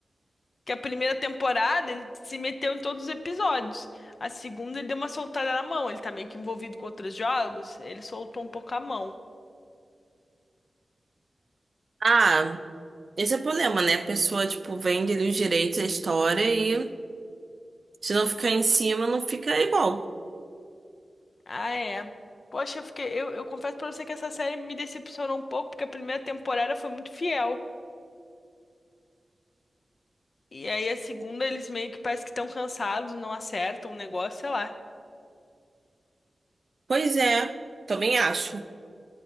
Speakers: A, on the left; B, on the right.
A: Que a primeira temporada ele se meteu em todos os episódios. A segunda ele deu uma soltada na mão. Ele tá meio que envolvido com outros jogos, ele soltou um pouco a mão.
B: Ah. Esse é o problema, né? A pessoa, tipo, vende ali os direitos, a história e se não ficar em cima, não fica igual.
A: Ah, é. Poxa, eu fiquei. Eu, eu confesso pra você que essa série me decepcionou um pouco, porque a primeira temporada foi muito fiel. E aí a segunda, eles meio que parece que estão cansados, não acertam o negócio, sei lá.
B: Pois é, também acho.